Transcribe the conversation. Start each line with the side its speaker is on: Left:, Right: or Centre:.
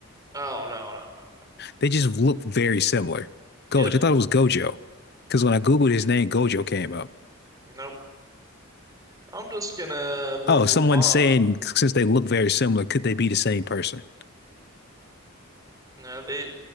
Right: Oh, no, no, no. no.
Left: They just look very similar. Gojo.
Right: Yep.
Left: I thought it was Gojo. Because when I Googled his name, Gojo came up.
Right: Nope. I'm just gonna move
Left: Oh, someone's
Right: on.
Left: saying since they look very similar, could they be the same person?
Right: No, they,